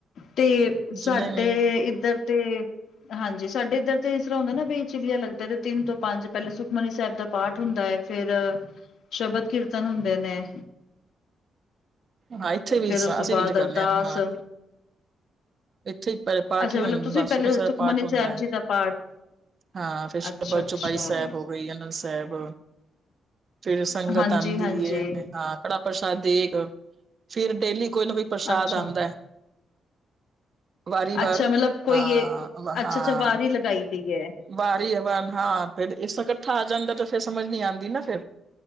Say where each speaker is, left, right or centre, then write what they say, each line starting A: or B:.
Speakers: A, on the left; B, on the right.
A: ਤੇ ਸਾਡੇ
B: ਜਿੰਨੇ ਵੀ
A: ਇੱਧਰ ਤੇ ਹਾਂਜੀ, ਸਾਡੇ ਇੱਧਰ ਤੇ ਇਸ ਤਰ੍ਹਾਂ ਹੁੰਦਾ ਨਾ ਬਈ ਚਿਲੀਆਂ ਲੱਗਦਾ ਤੇ ਤਿੰਨ ਤੋਂ ਪੰਜ ਪੈਲੇ ਸੁਖਮਨੀ ਸੈਬ ਦਾ ਪਾਠ ਹੁੰਦਾ ਏ ਫੇਰ ਸ਼ਬਦ ਕੀਰਤਨ ਹੁੰਦੇ ਨੇ,
B: ਹਾਂ ਇੱਥੇ ਵੀ
A: ਫਿਰ ਉਸ
B: ਸਾ
A: ਤੋਂ
B: -ਅਸੀਂ
A: ਬਾਅਦ
B: ਵੀ ਇੰਜ ਕਰਨੇ
A: ਅਰਦਾਸ
B: ਆ, ਹਾਂ। ਇੱਥੇ ਈ ਪ -ਪਾਠ
A: ਅੱਛਾ
B: ਈ
A: ਮਤਲਬ
B: ਹੁੰਦਾ,
A: ਤੁਸੀਂ ਪਹਿਲੇ
B: ਸੁਕਮਨੀ ਸੈਬ
A: ਸੁਖਮਨੀ
B: ਪਾਠ ਹੁੰਦਾ
A: ਸਾਹਿਬ
B: ਐ।
A: ਜੀ ਦਾ ਪਾਠ
B: ਹਾਂ, ਫਿਰ ਸ਼ਬਦ,
A: ਅੱਛਾ ਅੱਛਾ
B: ਚੌਪਾਈ ਸੈਬ ਹੋ ਗਈ, ਅਨੰਦ ਸੈਬ। ਫੇਰ ਸੰਗਤ
A: ਹਾਂਜੀ
B: ਆਂਦੀ
A: ਹਾਂਜੀ
B: ਏ ਤੇ ਤਾਂ ਕੜਾ ਪ੍ਰਸ਼ਾਦ ਦੇਗ। ਫਿਰ ਡੇਲੀ ਕੋਈ ਨਾ ਕੋਈ ਪ੍ਰਸ਼ਾਦ
A: ਅੱਛਾ
B: ਆਦੈ, ਵਾਰੀ ਵਾਰ।
A: ਅੱਛਾ ਮਤਲਬ ਕੋਈ
B: ਹਾਂ-
A: ਇਹ ਅੱਛਾ
B: ਹਾਂ।
A: ਅੱਛਾ ਵਾਰੀ ਲਗਾਈ ਦੀ ਹੈ
B: ਵਾਰੀ ਵਾਰ ਹਾਂ ਫਿਰ ਇਸ ਤਾਂ ਕੱਠਾ ਆ ਜਾਂਦਾ ਤੇ ਫੇਰ ਸਮਝ ਨੀ ਆਦੀ ਨਾ ਫੇਰ।